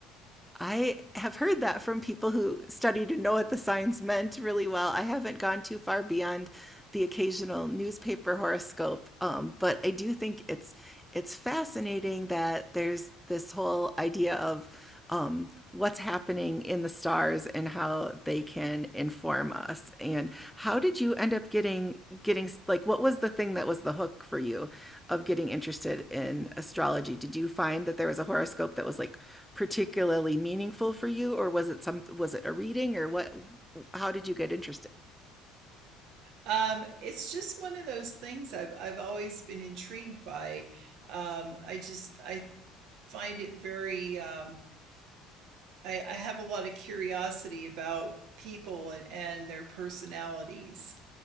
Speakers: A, in the centre; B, on the right.
A: I have heard that from people who studied and know what the signs meant really well. I haven't gone too far beyond the occasional newspaper horoscope, um, but I do think it's it's fascinating that there's this whole idea of um, what's happening in the stars and how they can inform us. And how did you end up getting getting like what was the thing that was the hook for you of getting interested in astrology? Did you find that there was a horoscope that was like particularly meaningful for you, or was it some was it a reading, or what? How did you get interested?
B: Um, it's just one of those things I've I've always been intrigued by. Um, I just I find it very um, I, I have a lot of curiosity about people and, and their personalities.